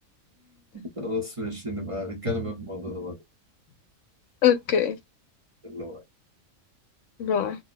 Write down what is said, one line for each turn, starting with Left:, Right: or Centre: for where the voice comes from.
Right: خلاص ماشي نبقى نتكلم بقى في الموضوع ده بعدين
Left: <laughs> اوكي
Right: اللي هو
Left: باي